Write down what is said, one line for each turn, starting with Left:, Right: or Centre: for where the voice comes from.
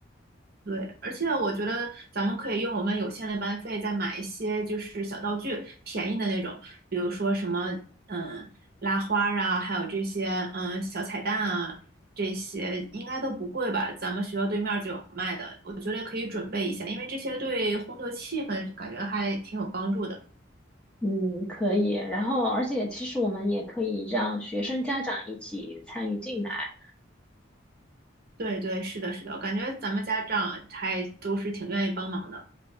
Right: 对，而且我觉得咱们可以用我们有限的班费再买一些就是小道具，便宜的那种，比如说什么，嗯，拉花儿啊，还有这些，嗯，小彩蛋啊，这些应该都不贵吧？咱们学校对面儿就有卖的，我觉得可以准备一下，因为这些对烘托气氛感觉还挺有帮助的。
Centre: 嗯，可以。然后，而且其实我们也可以让学生家长一起参与进来，
Right: 对对，是的，是的，我感觉咱们家长还都是挺愿意帮忙的。